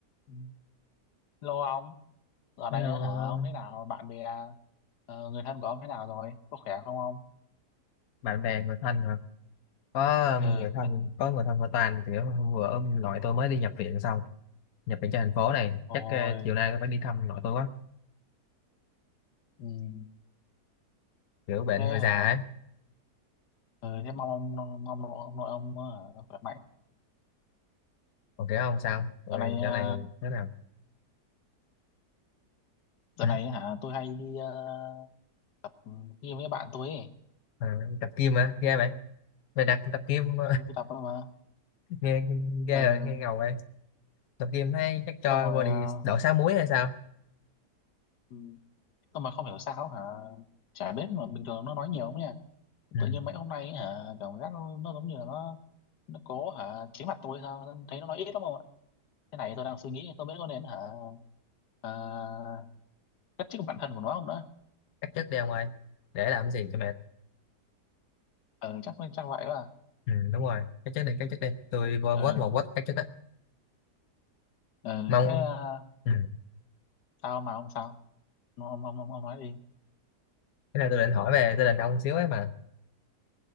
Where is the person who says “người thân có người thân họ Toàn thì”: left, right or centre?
Left